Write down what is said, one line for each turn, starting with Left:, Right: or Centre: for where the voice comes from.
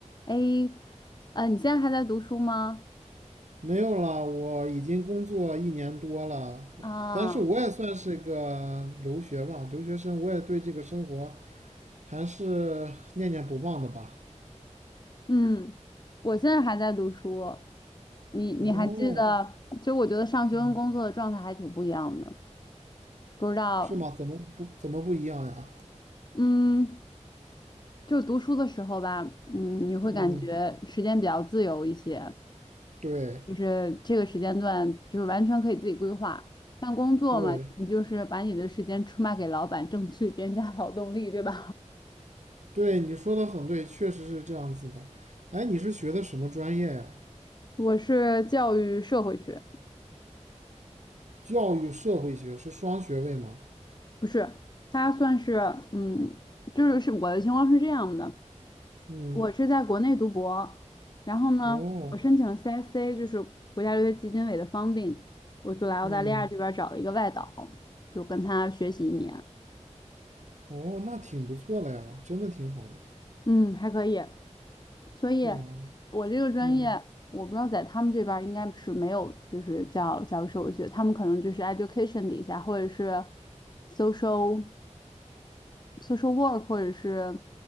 Left: 哎，呃，你现在还在读书吗？
Right: 没有了，我已经工作一年多了，
Left: 啊，
Right: 但是我也算是个留学吧，留学生，我也对这个生活还是念念不忘的吧。
Left: 嗯，我现在还在读书。你你还记得？
Right: 哦，
Left: 就我觉得上学跟工作的状态还挺不一样的。
Right: 嗯，
Left: 不知道，
Right: 是吗？怎么不怎么不一样呀？
Left: 嗯，就读书的时候吧，嗯，你会感觉时间比较自由一些，
Right: 嗯，对
Left: 就是这个时间段就是完全可以自己规划。但工作嘛，
Right: 对
Left: 你就是把你的时间出卖给老板，挣取 <laughs> 廉价劳动力，对吧？
Right: 对，你说的很对，确实是这样子的。哎，你是学的什么专业呀？
Left: <laughs> 我是教育社会学。
Right: 教育社会学是双学位吗？
Left: 不是，他算是嗯，就是是我的情况是这样的，
Right: 嗯，
Left: 我是在国内读博，然后呢，
Right: 哦，
Left: 我申请了 c s c 就是国家留学基金委的 funding，我就来澳大利亚这边找了一个外导，
Right: 嗯，
Left: 就跟他学习一年，
Right: 哦，那挺不错的呀，真的挺好的。
Left: 嗯，还可以。所以，
Right: 对啊，
Left: 我这个专业我不知道在他们这边儿应该是没有，
Right: 嗯，
Left: 就是叫教授学，他们可能就是 education 底下或者是 social。social work 或者是